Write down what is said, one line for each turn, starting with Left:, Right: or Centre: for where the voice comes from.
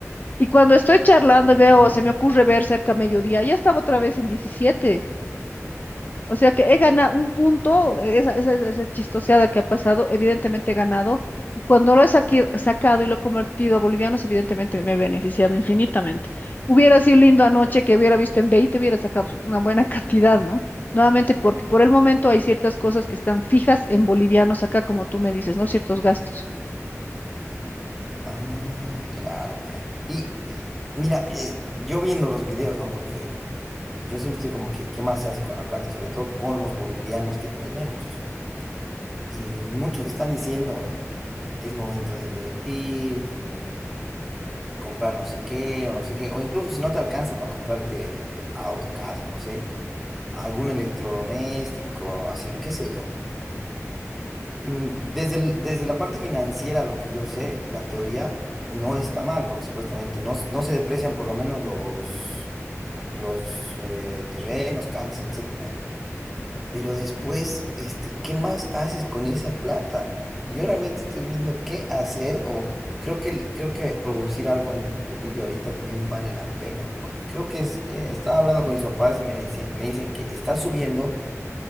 Left: Y cuando estoy charlando, veo,
Centre: ujú.
Left: se me ocurre ver cerca mediodía, ya estaba otra vez en 17. O sea que he ganado un punto, eh, esa, esa, esa esa chistoseada que ha pasado, evidentemente he ganado, y cuando lo he saqui- sacado y lo he convertido a bolivianos, evidentemente me he beneficiado infinitamente. Hubiera sido lindo anoche que hubiera visto en 20 hubiera sacado pues, una buena cantidad, ¿no? Nuevamente, porque por el momento hay ciertas cosas que están fijas en bolivianos acá, como tú me dices, ¿no? Ciertos gastos.
Centre: Ah, claro. Y mira, eh, yo viendo los videos, ¿no? Porque yo siempre estoy como que, ¿qué más se hace con la plata? Sobre todo con los bolivianos que tenemos. Y muchos están diciendo, eh, es momento de invertir, comprar no sé qué o no sé qué, o incluso si no te alcanza para comprarte auto, casa, no sé, algún electrodoméstico, así, qué sé yo. Mm, Desde, el- desde la parte financiera, lo que yo sé, la teoría no está mal, porque supuestamente no, s- no se deprecian por lo menos los, los eh, terrenos, casas, etcétera pero después, este, ¿qué más haces con esa plata? Yo realmente estoy viendo qué hacer o creo que, el- creo que producir algo en Bolivia ahorita también vale la pena, porque creo que es, eh, estaba hablando con mis papás y me dicen, me dicen que está subiendo,